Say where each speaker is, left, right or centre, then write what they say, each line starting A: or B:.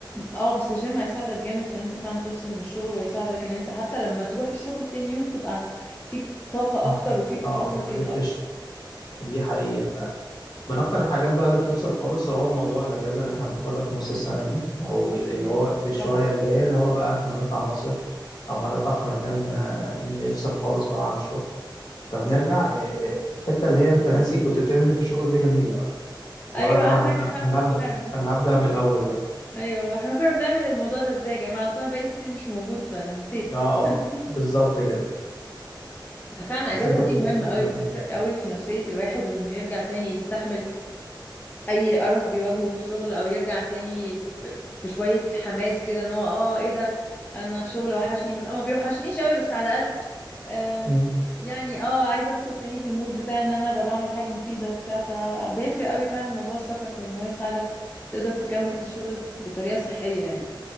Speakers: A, on the left; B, on the left.
A: اه بس الجيم هيساعدك جامد في ان انت فعلا تفصل من الشغل ويساعدك ان انت حتى لما تروح الشغل تاني يوم تبقى فيك طاقة
B: مم.
A: اكتر وفيك
B: اه
A: باور كده
B: ريفرش
A: اكتر
B: دي حقيقه فعلا من اكتر الحاجات بقى اللي بتفصل خالص هو موضوع الاجازه اللي احنا بناخدها في نص السنه دي او
A: يا
B: اللي
A: سلام
B: هو في الشويه
A: طبعا
B: اللي جايه اللي هو بقى احنا هنطلع مصيف او هنطلع في مكان آه، نفصل خالص بقى عن الشغل فبنرجع آه، آه، الحته اللي هي انت ناسي كنت بتعمل ايه في الشغل دي جميله بقى اللي
A: ايوه
B: هو يا جماعه
A: عندك
B: انا هبدا
A: حق
B: انا هبدا
A: فعلا
B: انا هبدا من الاول بقى
A: ايوه احنا كنا بنعمل الموضوع ده ازاي يا جماعة اصل انا بقالي كتير مش موجود فنسيت
B: اه
A: <laughs>
B: بالظبط كده
A: فعلا الاجازة
B: تحس إن انت
A: دي
B: كل-
A: مهمة قوي
B: كنت
A: بتفرق قوي في نفسية الواحد وانه يرجع تاني يستحمل اي قرف بيواجهه في الشغل او يرجع تاني ب- بشوية حماس كده ان هو اه ايه ده انا الشغل وحشني ما ما بيوحشنيش قوي بس على الاقل آم،
B: مم.
A: يعني اه عايزة ادخل تاني في المود بتاع ان انا ببقى بعمل حاجة مفيدة وبتاع فبيفرق قوي فعلا موضوع السفر في ان هو يساعدك تقدر تكمل في الشغل بطريقة صحية يعني